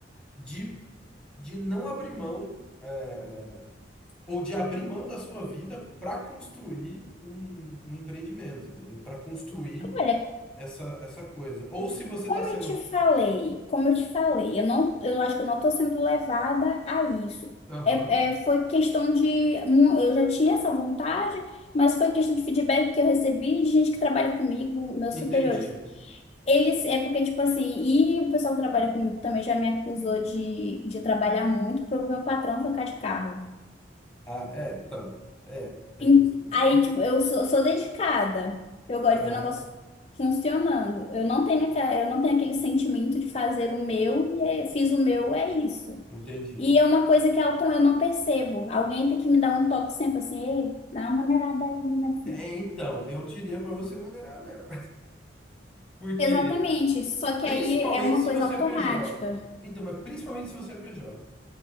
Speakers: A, in the centre; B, on the left.
A: de, de não abrir mão, é, ou de abrir mão da sua vida para construir um, um empreendimento, entendeu? Para construir
B: Olha.
A: essa, essa coisa. Ou se você
B: Como
A: tá sendo.
B: eu te falei, como eu te falei, eu não, eu acho que eu não estou sendo levada a isso.
A: Aham,
B: É, é, foi questão de, hum, eu já tinha essa vontade, mas foi questão de feedback que eu recebi de gente que trabalha comigo, meus
A: entendi.
B: superiores. Eles, é porque, tipo assim, e o pessoal que trabalha comigo também já me acusou de, de trabalhar muito para o meu patrão trocar de carro.
A: Ah, é, então. É, tem
B: Em-
A: isso também.
B: Aí, tipo, eu sou, sou dedicada. Eu gosto
A: Aham,
B: de ver o negócio funcionando. Eu não tenho aquela, eu não tenho aquele sentimento de fazer o meu e é- fiz o meu, é isso.
A: entendi.
B: E é uma coisa que Elton, eu não percebo. Alguém tem que me dar um toque sempre assim, Ei, dá uma maneirada aí, minha filha.
A: É, então, eu diria para você maneirar mesmo. <laughs> Porque,
B: Exatamente. Só que
A: principalmente
B: aí é uma
A: se
B: coisa
A: você
B: automática.
A: é PJ. Então, mas principalmente se você é PJ.